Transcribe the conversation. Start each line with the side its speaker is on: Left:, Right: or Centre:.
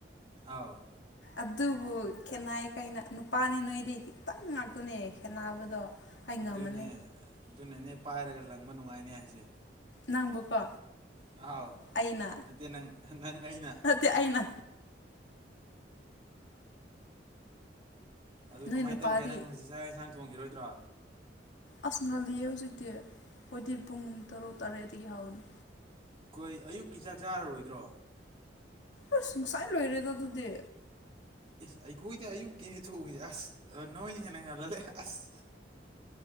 Right: ꯑꯥꯎ
Left: ꯑꯗꯨꯕꯨ ꯈꯦꯠꯅꯩ ꯀꯩꯅꯣ ꯅꯨꯄꯥꯅꯤ ꯅꯣꯏꯗꯤ ꯈꯤꯇꯪ ꯉꯥꯛꯇꯅꯦ ꯈꯦꯠꯅꯕꯗꯣ ꯑꯩ ꯉꯝꯃꯅꯤ
Right: ꯑꯗꯨꯅꯦ ꯑꯗꯨꯅꯅꯦ ꯄꯥꯏꯔꯒ ꯂꯪꯕ ꯅꯨꯡꯉꯥꯏꯅꯦ ꯍꯥꯏꯁꯦ
Left: ꯅꯪꯕꯨꯀꯣ
Right: ꯑꯥꯎ
Left: ꯑꯩꯅꯥ
Right: ꯅꯠꯇꯦ ꯅꯪ ꯅꯪ ꯑꯩꯅ
Left: ꯅꯠꯇꯦ ꯑꯩꯅꯥ
Right: ꯑꯗꯨ
Left: ꯅꯣꯏ
Right: ꯀꯃꯥꯏꯟ
Left: ꯅꯨꯄꯥꯗꯤ
Right: ꯇꯧꯒꯦ ꯅꯪ ꯍꯧꯖꯤꯛ ꯆꯥꯛ ꯌꯦꯟꯁꯥꯡ ꯊꯣꯡꯈꯤꯔꯣꯏꯗ꯭ꯔꯣ
Left: ꯑꯁ ꯉꯜꯂꯤꯌꯦ ꯍꯧꯖꯤꯛꯇꯤ ꯈꯣꯏꯗꯤ ꯄꯨꯡ ꯇꯔꯨꯛ ꯇꯔꯦꯠꯇꯒꯤ ꯍꯧꯅꯤ
Right: ꯀꯣꯏ ꯑꯌꯨꯛꯀꯤ ꯆꯥꯛ ꯆꯥꯔꯔꯣꯏꯗ꯭ꯔꯣ
Left: ꯑꯁ ꯉꯁꯥꯏ ꯂꯣꯏꯔꯦꯗ ꯑꯗꯨꯗꯤ
Right: ꯏꯁ ꯑꯩꯈꯣꯏꯗ ꯑꯌꯨꯛꯀꯤꯅꯦ ꯊꯣꯛꯉꯤꯁꯦ ꯑꯁ ꯅꯣꯏꯅ ꯍꯦꯟꯅ ꯉꯜꯂ ꯂꯩ ꯑꯁ